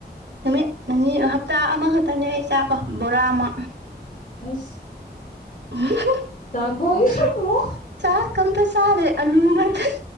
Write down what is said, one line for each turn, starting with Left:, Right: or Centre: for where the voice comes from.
Right: ꯅꯨꯃꯤꯠ ꯅꯤꯅꯤ ꯑꯥ ꯍꯞꯇꯥ ꯑꯃꯈꯛꯇꯅꯦ ꯑꯩ ꯆꯥꯕ ꯕꯣꯔꯥ ꯑꯃ
Left: ꯑꯁ
Right: <unintelligible>
Left: ꯆꯥꯛ ꯊꯣꯛꯗ꯭ꯔꯕꯣ?
Right: ꯆꯥꯛꯀꯥ ꯑꯝꯇꯥ ꯆꯗ꯭ꯔꯦ ꯑꯂꯨ ꯉꯛꯇ <unintelligible>